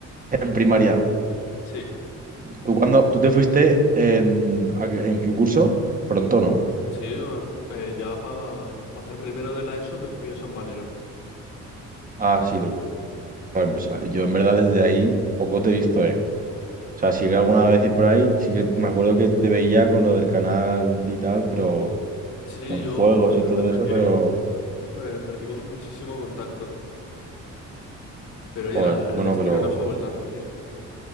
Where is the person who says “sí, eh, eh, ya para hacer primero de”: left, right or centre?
Left